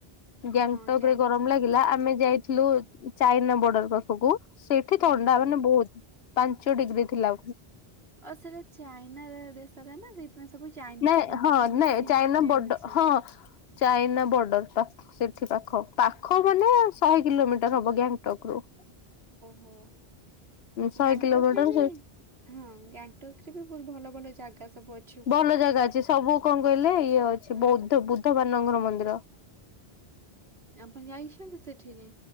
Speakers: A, on the right; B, on the left.
A: ହଁ,
B: ଗ୍ୟାଙ୍ଗଟକ
A: ଗ୍ୟାଙ୍ଗଟକ୍।
B: ରେ ଗରମ ଲାଗିଲା ଆମେ ଯାଇଥିଲୁ ଚାଇନା ବର୍ଡର ପାଖକୁ ସେଠି
A: ଓହୋ!
B: ଥଣ୍ଡା ମାନେ ବହୁତ ପାଞ୍ଚ ଡିଗ୍ରୀ ଥିଲା।
A: ଅ ସେଇଟା ଚାଇନା ଦେଶଟା ନା ସେଇଥିପାଇଁ ସବୁ ଚାଇନିଜ
B: ନାଇଁ
A: ଖାଇବା
B: ହଁ
A: ଗୁଡା ବେଶୀ
B: ନାଇଁ ଚାଇନା
A: ବିକ୍ରି
B: ବର୍ଡର
A: ହୋଉଚି।
B: ହଁ ଚାଇନା ବର୍ଡର ଟା ସେଠି ପାଖ। ପାଖ ମାନେ ଶହେ କିଲୋମିଟର ହବ ଗ୍ୟାଙ୍ଗଟକ ରୁ।
A: ଓହୋ
B: ଶହେ
A: ଗାଙ୍ଗଟକରେ
B: କିଲୋମିଟର
A: ବି
B: ସେ
A: ହଁ ଗାଙ୍ଗଟକରେ ବି ବହୁତ ଭଲ ଭଲ ଜାଗା ସବୁ ଅ
B: ଭଲ ଜାଗା ଅଛି। ସବୁ କଣ କହିଲେ ଇଏ ଅଛି
A: ହଁ
B: ବୌଦ୍ଧ ବୁଦ୍ଧବାନଙ୍କର ମନ୍ଦିର।
A: ଆପଣ ଯାଇଛନ୍ତି ସେଠିକି?